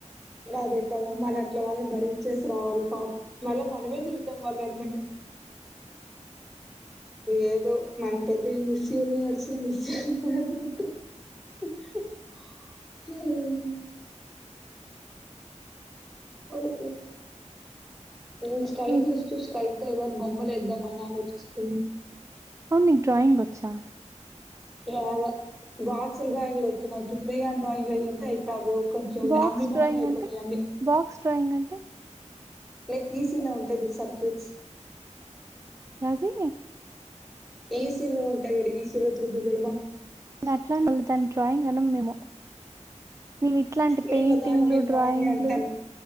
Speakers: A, in the centre; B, on the right.
A: అదే కద మన అట్ల వాళ్ళని భరించేసి రావాల పాపం మళ్ళా మనమే తిడుతాం వాళ్ళ అందరిని. ఏదో మనం పెద్ద మిస్ యూనివర్స్ మిస్ అయినట్టు. ఆహ్ ఆహ్ నేను స్కాయి
B: ఇం
A: చుస్తు స్కాయ్. తెలవని బొమ్మలేద్దాంమని ఆలోచిస్తున్నా.
B: అవును నీకు డ్రాయింగ్ వచ్చా.
A: ఆహ్ అదే ఏదో బాక్స్ డ్రాయింగ్లు వచ్చినకి ఫ్రీ హండ్ డ్రాయింగ్ లు ఎయ్యి అంటే అయిప బోకు. చుండే
B: బాక్స్
A: అమ్మి
B: డ్రాయింగ్
A: బాగనే అయిపోతాయి
B: అంటే
A: అమ్మి.
B: బాక్స్ డ్రాయింగ్ అంటే.
A: లైక్ ఈసీలా ఉంటాయి చూడు సర్క్యూట్స్.
B: యాది.
A: ఈసీలో ఉంటాయి చూడు ఈసీలో త్రీబుల్ వేయమా.
B: న అట్లాంని మరి దాన్ని డ్రాయింగ్ అనం మేము. నేను ఇట్లాంటి
A: మేము
B: పెయింటింగ్లు
A: దాన్ని నేను
B: డ్రాయింగ్లు
A: డ్రాయింగే అంటాను.